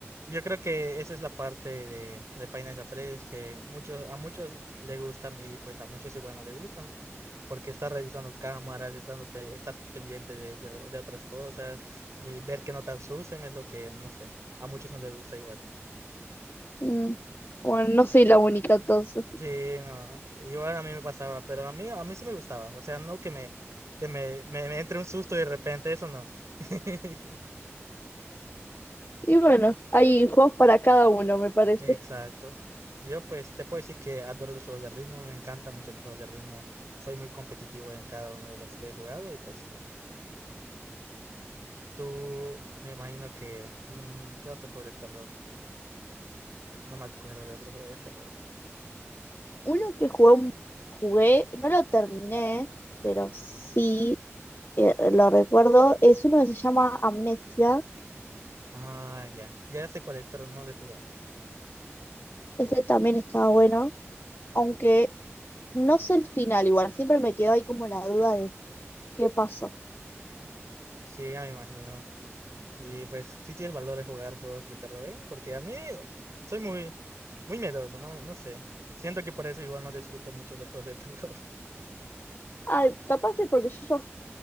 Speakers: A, on the right (about 85°); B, on the left (about 50°).
A: Yo creo que esa es la parte de, de Five Nights at Freddy's que muchos, a muchos le gustan y pues a muchos igual no le gustan. porque estar revisando cámaras, estando pe- estar pendiente de, de, de otras cosas y ver que no te asusten es lo que, no sé, a muchos no les gusta igual.
B: Mm, Bueno, no soy la única entonces.
A: Sí, no, igual a mí me pasaba, pero a mí, a mí sí me gustaba, o sea, no que me, que me, me, me entre un susto y de repente, eso no. <laughs>
B: Y bueno, hay juegos para cada uno, me parece.
A: Exacto. Yo pues te puedo decir que adoro los juegos de ritmo, me encantan mucho los juegos de ritmo. Soy muy competitivo en cada uno de los que he jugado y pues tú me imagino que... mm, ¿Qué otro juego de terror? No me acuerdo de otro juego de terror.
B: Uno que jugué, un- jugué, no lo terminé, pero sí eh, lo recuerdo, es uno que se llama Amnesia.
A: Ah, ya. Ya sé cuál es, pero no lo he jugado.
B: Ese también estaba bueno, aunque no sé el final igual, siempre me quedó ahí como la duda de qué pasó.
A: Sí, ya me imagino. Y pues sí tienes valor de jugar juegos de terror, ¿eh? Porque a mí soy muy, muy miedoso, ¿no? No sé. Siento que por eso igual no disfruto mucho los juegos de terror.
B: Ay, capaz que porque yo